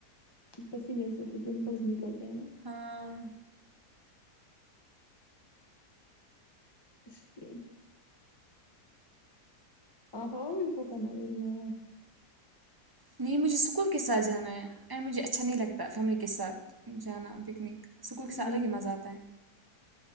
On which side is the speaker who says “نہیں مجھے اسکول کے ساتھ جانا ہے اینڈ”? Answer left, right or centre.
Right